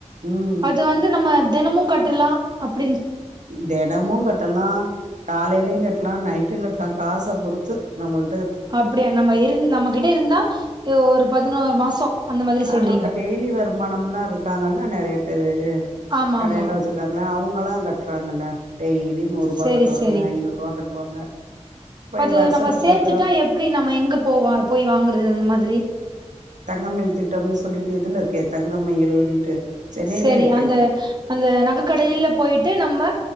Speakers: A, on the right; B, on the right.
A: ம்
B: அது வந்து நம்ம தெனமு கட்டுலா அப்
A: தெனமு கட்டலா காலேயு கெட் லா நைட்டு கெட்லா காச பொறுத்து நம்மள்
B: அப்படியா நம்ம இருந் நம்மகிட்ட இருந்தா ஆ ஒரு பதினோரு மாச அந்த மாதிரி சொல்றீங்க
A: ஆமா இப்ப டெய்லி வருமானமில்லா இருக்காங்கள்ள நெறைய பெரு
B: ஆமா
A: கடையெல்லா
B: ஆமா
A: வச்சிருக்காங்கள அவுங்கல்லா கட்டுறாங்கல்ல டெய்லி நூறுபா
B: செரி
A: கட்டுவாங்க
B: செரி
A: ஐநூறுவா கட்டுவாங்க போய்
B: அது
A: வருஷத்துக்கு
B: நம்ம சேத்துட்டா
A: ஒரு தடவ
B: எப்டி நம்ம எங்க போவ போய் வாங்குறது அந்த மாதிரி
A: தங்கமயல் திட்டம் சொல்லிட்டு இதுலருக்கே தங்கமயில்ன்ட்டு சென்னையிலயே
B: செரி
A: இருக்கே
B: அந்த அந்த நகக்கடைல்ல போயிட்டு நம்ம